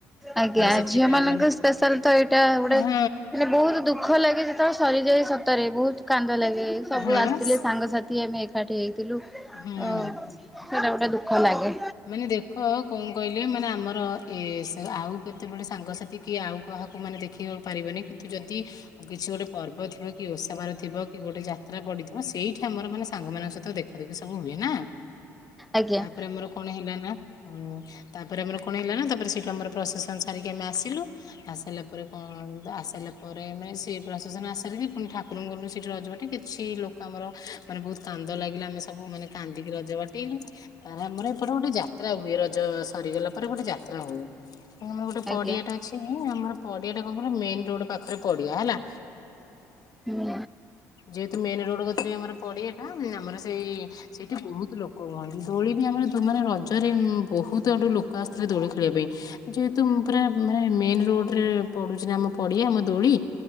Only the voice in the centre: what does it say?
ଆଜ୍ଞା
ଝିଅ
ମାନଙ୍କ
ସ୍ପେଶାଲ ତ ଏଇଟା ଗୋଟେ
ମାନେ ବହୁତ ଦୁଖ ଦୁଃଖ ଲାଗେ ଯେତେବେଳେ ସରିଯାଏ ସତରେ ବହୁତ କାନ୍ଦ ଲାଗେ ସବୁ
ଆସିଥିଲେ
ସାଙ୍ଗସାଥି ଆମେ ସୋଠି ହେଇଥିଲୁ।
ହ ସେଇଟା ଗୋଟେ ଦୁଃଖ ଲାଗେ।
ଆଜ୍ଞା
ଆଜ୍ଞା
ହୁଁ